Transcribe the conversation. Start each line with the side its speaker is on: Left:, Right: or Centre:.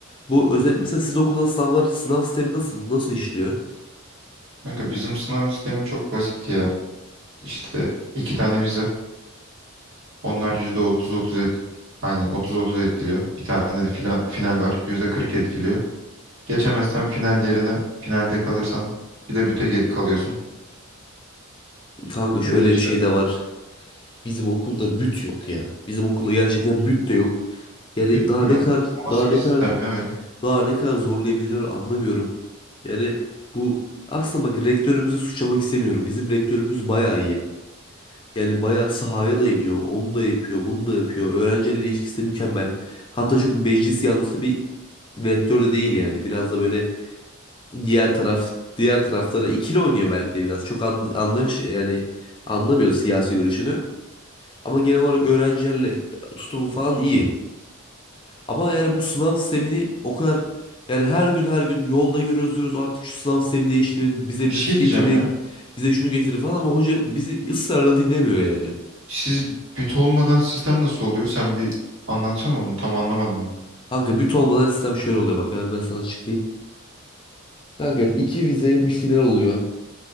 Left: Bu özellikle mesela sizin okulda sınavlar sınav sistemi nasıl nasıl işliyor?
Right: Kanka bizim sınav sistemi çok basit ya. İşte iki tane vize. Onlar %30-30 et Aynen 30-30 etkiliyor. Bir tane de fila- final var. %40 etkiliyor. Geçemezsen final yerine finalde kalırsan bir de büte ge- kalıyorsun.
Left: Kanka şöyle
Right: Öyle işte.
Left: bir şey de var. Bizim okulda büt yok ya. Bizim okulda gerçekten büt de yok. Yani
Right: Bitmiyor.
Left: daha ne kadar
Right: O nasıl
Left: daha ne
Right: bir sistem
Left: kadar
Right: ya öyle? Bir
Left: daha ne kadar zorlayabilirler anlamıyorum. Yani bu aslında bak rektörümüzü suçlamak istemiyorum. Bizim rektörümüz bayağı iyi. Yani bayağı sahaya da iniyor. Onu da yapıyor, bunu da yapıyor. Öğrencilerle ilişkisi de mükemmel. Hatta çok meclis yanlısı bir vektör de değil yani. Biraz da böyle diğer taraf diğer taraflara ikili oynuyor belki de biraz. Çok an, anlaş yani anlamıyor siyasi görüşünü. Ama genel olarak öğrencilerle tutumu falan iyi. Ama yani bu sınav sistemini o kadar yani her gün her gün yolda yürüyoruz diyoruz artık şu sınav sistemi değiştirin, bize
Right: şey
Left: bütü getirin,
Right: diyeceğim ya.
Left: bize şunu getirin falan ama hoca bizi ısrarla dinlemiyor yani.
Right: Siz bit olmadan sistem nasıl oluyor? Sen bir anlatsana onu. Tam anlamadım ben.
Left: Kanka büt olmadan sistem şöyle oluyor bak hemen ben sana açıklayayım. Kanka iki vize bir final oluyor.